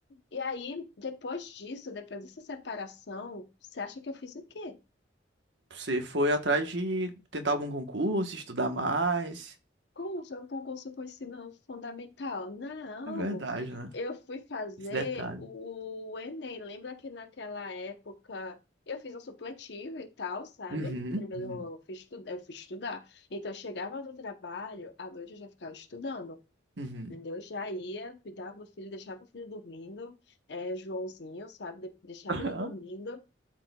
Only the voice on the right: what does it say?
Você foi atrás de tentar algum concurso, estudar mais.
É verdade, né?
Esse detalhe.
Uhum,
uhum,
uhum.
<laughs> Aham.